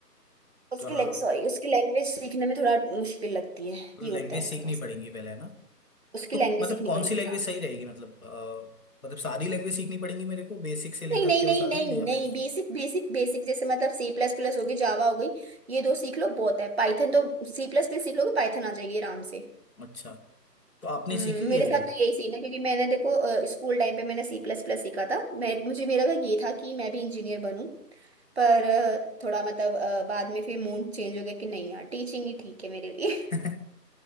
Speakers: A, on the right; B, on the left.
A: उसकी
B: तो हाँ
A: लैंग सॉरी उसकी लैंग्वेज सीखने में थोड़ा मुश्किल लगती है
B: मतलब
A: ये होता
B: लैंग्वेज
A: है
B: सीखनी
A: थोड़ा सा
B: पड़ेगी पहले ना
A: उसकी
B: तो
A: लैंग्वेज
B: मतलब
A: सीखनी
B: कौन
A: पड़ेगी
B: सी लैंग्वेज
A: हाँ
B: सही रहेगी मतलब अ, मतलब सारी लैंग्वेज सीखनी पड़ेगी मेरे को बेसिक से लेकर
A: नहीं नहीं
B: के
A: नहीं
B: और सारी
A: नहीं
B: ले या
A: नहीं
B: फिर
A: बेसिक बेसिक बेसिक जैसे मतलब सी प्लस प्लस होगी जावा हो गई ये दो सीख लो बहुत है पाइथन तो सी प्लस प्लस सीख लोगे पाइथन आ जाएगी आराम से
B: अच्छा तो आपने
A: हम्म
B: सीखी हुई
A: मेरे
B: है
A: साथ
B: ये
A: तो यही सीन है क्योंकि मैंने देखो अ, स्कूल टाइम पे मैंने सी प्लस प्लस सीखा था मैं मुझे मेरा भाई ये था कि मैं भी इंजीनियर बनूं पर अ, थोड़ा मतलब अ, बाद में फिर मूड चेंज हो गया कि नहीं यार टीचिंग ही ठीक है मेरे लिए
B: <laughs>